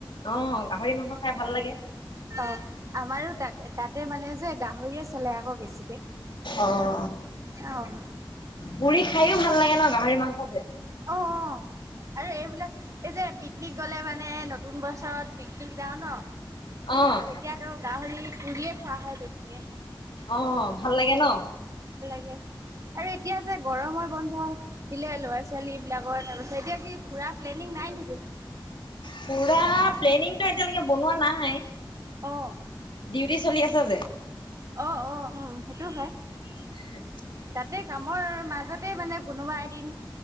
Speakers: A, on the left; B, on the right.
A: অ গাহৰি মাংস খাই ভাল লাগে
B: অ', আমাৰো তাতে তাতে মানে যে গাহৰিয়ে চলে আকৌ বেছি
A: অ',
B: অ
A: পুৰি খাইও ভাল লাগে ন গাহৰি মাংস যে
B: অ', ৰু এইবিলাক এই যে পিকনিক গ'লে মানে নতুন বছৰত পিকনিক যাওঁ ন
A: অ',
B: তেতিয়াতো গাহৰি পুৰিয়ে খোৱা হয় বেছিকে
A: অ', ভাল লাগে ন
B: এয়, আৰু এতিয়া যে গৰমৰ বন্ধ দিলে ল'ৰা ছোৱালী বিলাকৰ তাৰ পিছত এতিয়া কি ফুৰা প্লেনিং নাই নেকি?
A: পুৰা প্লেনিংটো এতিয়ালৈকে বনোৱা নাই
B: আহ,
A: ডিউটি চলি আছে যে
B: অ', উম সেইটো হয়
A: <inaudible>
B: গোটেই কামৰ মাজতে মানে কোনোবা এদিন